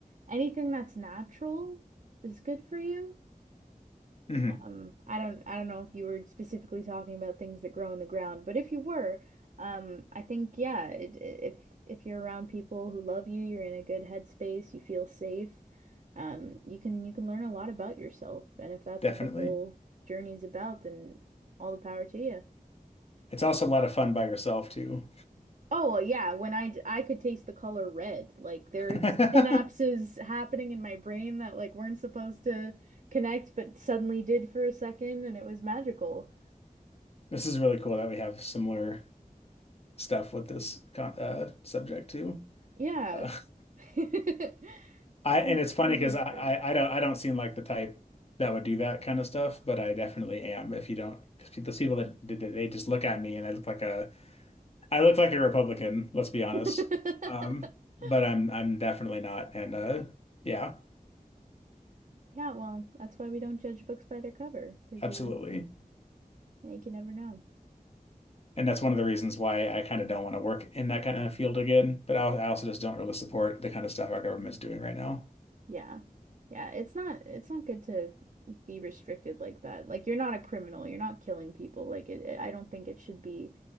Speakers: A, on the right; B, on the left.
A: anything that's natural is good for you.
B: Mhm,
A: Um, I don't I don't know if you were specifically talking about things that grow in the ground, but if you were, um, I think yeah, it, i- if if you're around people who love you, you're in a good headspace, you feel safe, um, you can you can learn a lot about yourself. And if that's
B: definitely,
A: what the whole journey is about, then all the power to you.
B: it's also a lot of fun by yourself too.
A: Oh, well, yeah, when I d- I could taste the color red. Like there
B: <laughs>
A: are synapses happening in my brain that like weren't supposed to connect but suddenly did for a second and it was magical.
B: This is really cool that we have similar stuff with this con uh, subject too.
A: Yeah.
B: Uh,
A: <laughs>
B: I
A: Kin-
B: and it's funny
A: Kindred
B: because I,
A: spirits.
B: I I don't I don't seem like the type that would do that kind of stuff, but I definitely am. If you don't, because those people that did they just look at me and I look like a I look like a Republican. Let's be honest.
A: <laughs>
B: Um, but I'm I'm definitely not, and uh, yeah,
A: Yeah, well, that's why we don't judge books by their cover because
B: absolutely.
A: you yeah, you can never know.
B: And that's one of the reasons why I kind of don't want to work in that kind of field again. But I, I also just don't really support the kind of stuff our government's doing right now.
A: Yeah. Yeah, it's not it's not good to be restricted like that. Like you're not a criminal, you're not killing people. Like it, it- I don't think it should be